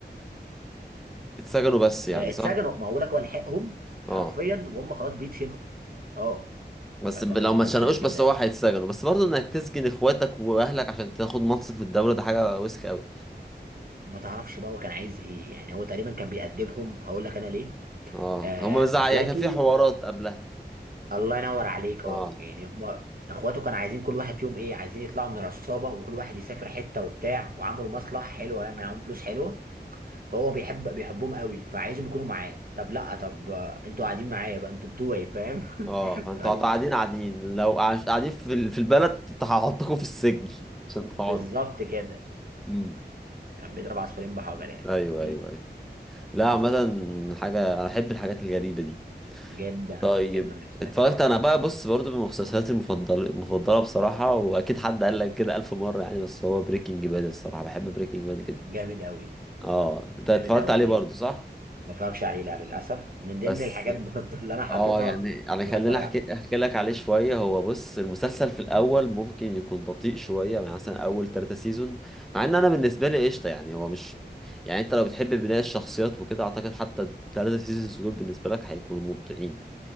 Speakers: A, in the centre; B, on the right.
A: اتسجنوا بس يعني
B: آه، اتسجنوا
A: صح
B: ما هو لك هو لحقهم حرفيا
A: اه
B: وهم خلاص بيتشنقوا اه
A: بس
B: فده
A: ب-
B: من
A: لو
B: ضمن
A: ما اتشنقوش
B: المشاهد الجامده
A: بس
B: قوي
A: هو هيتسجنوا بس برضه انك تسجن اخواتك واهلك عشان تاخد منصب في الدولة ده حاجة وسخ قوي
B: ما تعرفش بقى هو كان عايز ايه يعني هو تقريبا كان بيأدبهم هقول لك انا ليه
A: اه
B: آه
A: هما بيزعق
B: اخواته
A: يعني كان في حوارات قبلها
B: الله ينور عليك
A: اه
B: اه يعني هم اخواته كانوا عايزين كل واحد فيهم ايه عايزين يطلعوا من العصابه وكل واحد يسافر حته وبتاع وعملوا مصلحه حلوه معاهم فلوس حلوه فهو بيحب بيحبهم قوي فعايزهم يكونوا معاه طب لا
A: م.
B: طب آه، انتوا قاعدين معايا بقى انتوا بتوعي فاهم
A: اه
B: <laughs> انتوا
A: فانتوا
B: قاعدين
A: قاعدين
B: معايا
A: قاعدين لو قاعد- قاعدين في ال- في البلد انت هحطكم في السجن <laughs> عشان تقعدوا
B: بالظبط كده
A: م.
B: كان بيضرب عصفورين بحجر يعني
A: ايوه
B: دي
A: ايوه
B: الفكره
A: ايوه لا
B: بس
A: عامة حاجة انا احب الحاجات الغريبة دي
B: جدا
A: طيب
B: جدا هيبسطك
A: اتفرجت
B: قوي
A: انا بقى بص برضو من مسلسلاتي المفضله المفضله بصراحه واكيد حد قال لك كده الف مره يعني بس هو بريكنج باد الصراحه بحب بريكنج باد جدا.
B: جامد قوي
A: اه انت اتفرجت
B: جامد قوي
A: عليه
B: بريكنج
A: برضه صح
B: باد ما اتفرجش عليه لا للاسف من ضمن
A: بس
B: الحاجات برضه اللي انا حاططها
A: اه يعني يعني
B: ان
A: خليني
B: انا اتفرج
A: احكي
B: عليها
A: احكي لك عليه شويه هو بص المسلسل في الاول ممكن يكون بطيء شويه يعني مثلا اول ثلاثة سيزون مع ان انا بالنسبه
B: م-
A: لي قشطه يعني هو مش يعني انت لو بتحب بناء الشخصيات وكده اعتقد حتى الثلاثة سيزونز دول بالنسبه لك هيكونوا ممتعين